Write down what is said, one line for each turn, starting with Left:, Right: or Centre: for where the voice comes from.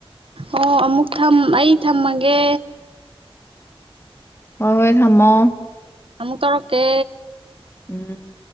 Right: ꯑꯣ ꯑꯃꯨꯛ ꯊꯝ ꯑꯩ ꯊꯝꯃꯒꯦ
Left: ꯍꯣꯏ ꯍꯣꯏ ꯊꯥꯝꯃꯣ
Right: ꯑꯃꯨꯛ ꯇꯧꯔꯛꯀꯦ
Left: ꯎꯝ